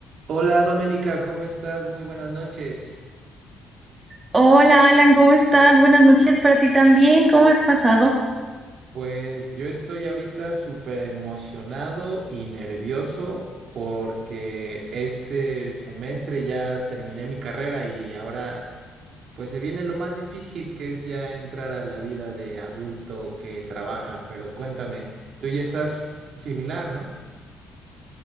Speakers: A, on the right; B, on the right.
A: Hola Doménica, ¿cómo estás? Muy buenas noches.
B: Hola Alan, ¿cómo estás? Buenas noches para ti también. ¿Cómo has pasado?
A: Pues yo estoy ahorita súper emocionado y nervioso porque este semestre ya terminé mi carrera y ahora pues se viene lo más difícil que es ya entrar a la vida de adulto que trabaja. Pero cuéntame, tú ya estás similar, ¿no?